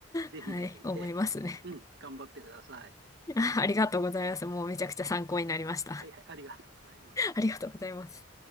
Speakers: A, on the right (about 60°); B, on the left (about 15°).
A: ぜひぜひ、
B: はい、思いますね。
A: ええ、うん、頑張ってください。
B: あありがとうございます。もうめちゃくちゃ参考になりました。
A: はい、はい、はいありがとうございます。
B: ありがとうございます。